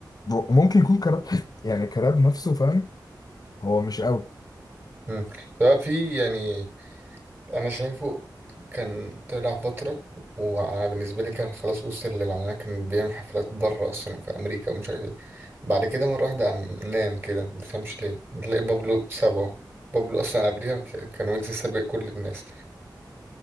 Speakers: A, on the left; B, on the right.
A: ب- ممكن يكون كراب يعني كراب نفسه فاهم هو مش قوي
B: مم. هو في يعني أنا شايفه كان طلع فترة وأنا بالنسبة لي كان خلاص وصل للعلانية كان بيعمل حفلات بره أصلا وفي أمريكا ومش عارف إيه بعد كده مرة واحدة قام نام كده ما تفهمش ليه بتلاقي بابلو سابه بابلو أصلا قبليها ك- كان ويجز سابق كل الناس